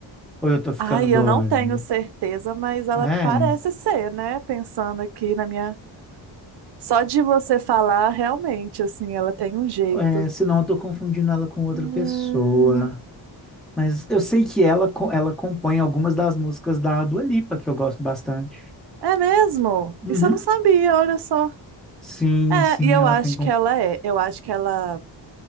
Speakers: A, in the centre; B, on the right (about 65°).
A: Ou eu tô ficando
B: Ai,
A: doido?
B: eu não tenho certeza, mas ela
A: É,
B: parece ser, né? Pensando aqui na minha Só de você falar, realmente, assim, ela tem um jeito.
A: é, senão eu tô confundindo ela com outra
B: Hum,
A: pessoa. Mas eu sei que ela, co- ela compõe algumas das músicas da Dua Lipa, que eu gosto bastante.
B: é mesmo?
A: Uhum.
B: Isso eu não sabia, olha só.
A: Sim,
B: É,
A: sim,
B: e eu
A: ela
B: acho
A: tem.
B: que ela é. Eu acho que ela.